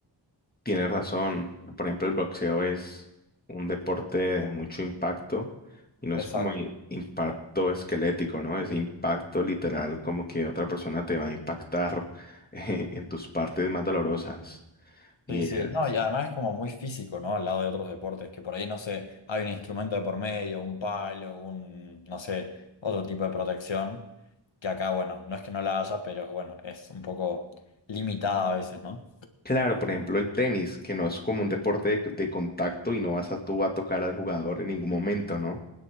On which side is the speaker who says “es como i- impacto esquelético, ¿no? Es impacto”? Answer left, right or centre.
Left